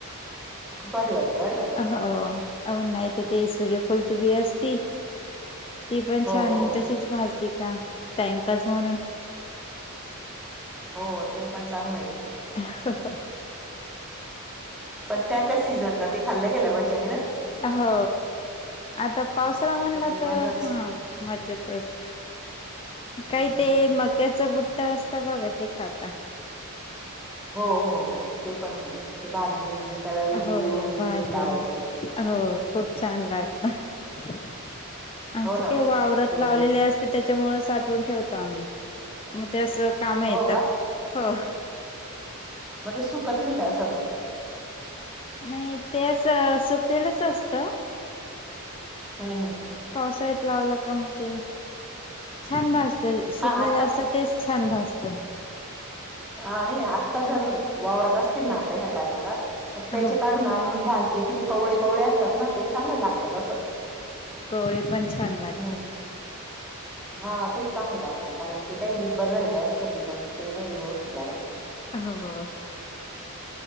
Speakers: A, in the centre; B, on the left.
A: खूप भारी वाटतं बरं का ते
B: <unintelligible> आणि नाही तर ते, सूर्यफुलची बी असती. ती पण
A: हो
B: छान
A: हो
B: तशीच भाजते का टाइमपास म्हणून
A: हो ते पण चांगलं आहे.
B: <inaudible>
A: पण त्या सीझनला ते खाल्लं गेलं पाहिजे हा ना,
B: हो आता पावसोळा म्हणला
A: त्याची
B: तर,
A: मजाच
B: मज्जाच असते. काही
A: हम्म
B: ते मक्याचा बुट्टा असता बघा ते खाताता.
A: हो हो हो ते पण ते भाजून त्याला लिंबून
B: हो भाजून
A: मीठ लावायचं.
B: हो खूप छान लागत. आमचे
A: हो ना.
B: काय वावरात
A: ते
B: लावलेले असते त्या साठवून आम्ही मग ते अस काम येतं.
A: हो का
B: हो
A: मध्ये सुकत नाही का असं
B: नाही ते अस सुकलेलंच असतं.
A: हम् हम्
B: पावसाळ्यात लावलं का म ते छान भाजलेल असत. सुकलेल
A: हा आत्ता
B: असत तेच छान भाजत,
A: ह आणि आत्ता जर वावरत असतील ना, आता ह्या टायमाला त्याचे
B: हो
A: काढून आणून भाजले कि, ते कवळे कवळे असतात ना ते चांगले लागतात असं
B: कवळी पण छान लागते.
A: हम्म. हा तेच चांगलं लागतं कारण ते काही न बर झालेले असते की, मग ते नाही व्यवस् <unintelligible>
B: हो